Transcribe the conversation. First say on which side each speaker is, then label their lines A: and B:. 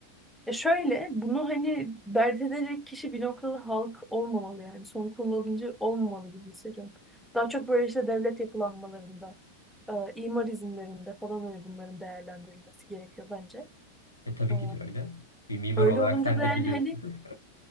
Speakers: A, in the centre; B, on the left.
A: Ya şöyle bunu hani dert edecek kişi bir noktada halk olmamalı yani son kullanıcı olmamalı gibi hissediyorum. Daha çok böyle işte devlet yapılanmalarında, e, imar izinlerinde falan hani bunların değerlendirilmesi gerekiyor bence.
B: E tabii
A: E,
B: ki de öyle. Bir mimar
A: öyle
B: olarak
A: olunca
B: sen
A: da
B: de
A: yani
B: biliyorsun.
A: hani